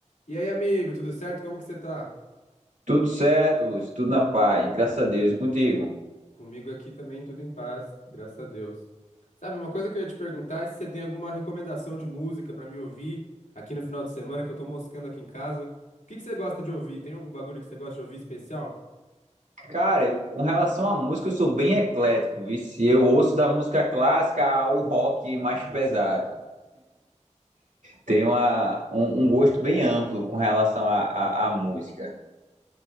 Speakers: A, on the left; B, on the right.
A: E aí, amigo, tudo certo? Como que você tá?
B: Tudo certo, Lúcio, tudo na paz, graças a Deus e contigo.
A: Comigo aqui também tudo em paz, graças a Deus. Sabe, uma coisa que eu ia te perguntar é se você tem alguma recomendação de música pra me ouvir aqui no final de semana, que eu tô moscando aqui em casa. O que que você gosta de ouvir? Tem algum bagulho que você gosta de ouvir especial?
B: Cara, eu- com relação à música, eu sou bem eclético, vice. Eu ouço da música clássica ao rock mais pesado. Tenho uma- um, um gosto bem amplo com relação à à- à música.